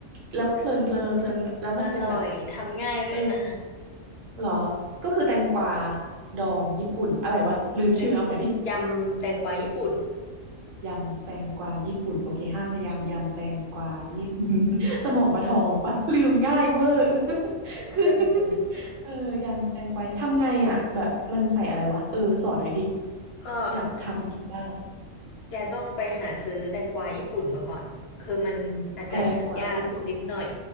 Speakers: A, on the right (about 70°); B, on the left (about 55°).
A: แล้วเพลินเพลินเพลินแล้วมันเป็นแบบ
B: อร่อยทำง่ายด้วยนะ
A: เออเหรอก็คือแตงกวาดองญี่ปุ่นอะไรวะลืมชื่อเอาใหม่ดิ
B: แตงยำแตงกวาญี่ปุ่น
A: ยำแตงกวาญี่ปุ่นโอเคห้าพยางค์ยำแตงกวาญี่ปุ่น <laughs> สมองปลาทองปะ <laughs> ลืมง่ายเวอร์ <laughs> คือ
B: เออ
A: <laughs> เออยำแตงกวาทำไงอ่ะแบบมันใส่อะไรวะเออสอนหน่อยดิ
B: ก็
A: อยากทำกินบ้าง
B: แกต้องไปหาซื้อแตงกวาญี่ปุ่นมาก่อนคือมันอาจจะหายากนิดหน่อย
A: แตงกวาญี่ปุ่น